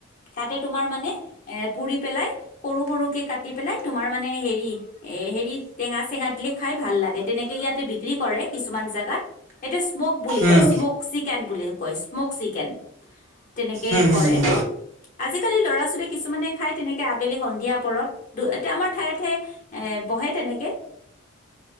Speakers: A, on the left; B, on the right.
A: তাতে তোমাৰ মানে এ পুৰি পেলাই সৰু সৰুকে কাটি কাতি পেলাই তোমাৰ মানে হেৰি এ হেৰিত টেঙা চেঙা দিলে খাই ভাল লাগে তেনেকে ইয়াতে বিক্ৰী কৰে কিছুমান জেগাত হেইটো স্মক বুলি
B: উম
A: কয় স্মক চিকেন বুলি কয় স্মক চিকেন তেনেকে
B: উম
A: কৰে
B: উম উম
A: আজিকালি ল'ৰা ছোৱালীয়ে কিছুমানে খাই তেনেকে আবেলি সন্ধিয়া পৰত এতিয়া আমাৰ ঠায়ে ঠায়ে এ বহে তেনেকে